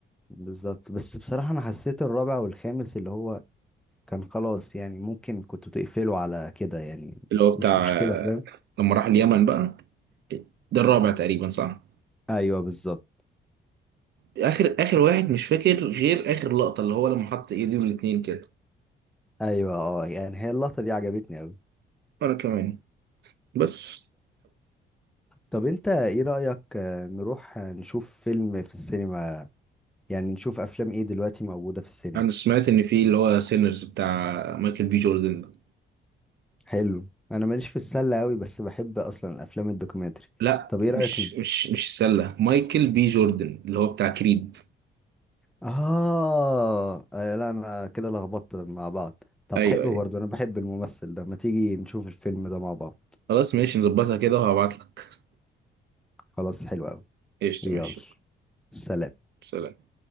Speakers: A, in the centre; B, on the right (about 60°).
A: بالظبط بس بصراحة انا حسيت الرابع والخامس اللي هو كان خلاص يعني ممكن كنت تقفله على كده يعني
B: اللي هو بتاع
A: مش مشكلة
B: آه،
A: فاهم
B: لما راح اليمن بقى ده الرابع تقريبا صح
A: ايوه بالظبط
B: آخر آخر واحد مش فاكر غير آخر لقطة اللي هو لما حط إيديه الاتنين كده
A: ايوه اه يعني هي اللقطة دي عجبتني اوي
B: وأنا كمان بس
A: طب انت ايه رأيك آه، نروح آه، نشوف فيلم في السينما يعني نشوف افلام ايه دلوقتي موجودة في السينما
B: انا سمعت ان في اللي هو سينرز بتاع مايكل بي جوردن ده.
A: حلو انا ماليش في السله قوي بس بحب اصلا الافلام الدوكيومنتري
B: لا
A: طب ايه
B: مش
A: رايك ن-
B: مش مش السله مايكل بي جوردن اللي هو بتاع كريد
A: اه آه، لا انا كده لخبطت مع بعض طب
B: ايوه
A: حلو
B: ايوه
A: برضو انا بحب الممثل ده ما تيجي نشوف الفيلم ده مع بعض
B: خلاص ماشي نظبطها كده وهبعت لك
A: خلاص حلو قوي
B: قشطه
A: يلا
B: ماشي
A: سلام
B: سلام